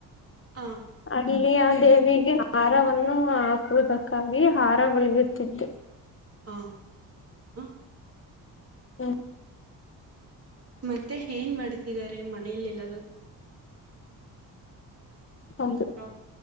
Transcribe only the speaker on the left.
ಆಗೆ ಅಲ್ಲಿ ದೇವಿಗೆ ಹಹಾರವನ್ನು ಹಾಕುವುದಕ್ಕಾಗಿ ಹಾರ ಉಳಿಯುತ್ತಿದ್ದೆ
ಹ್ಮ
ಹೌದು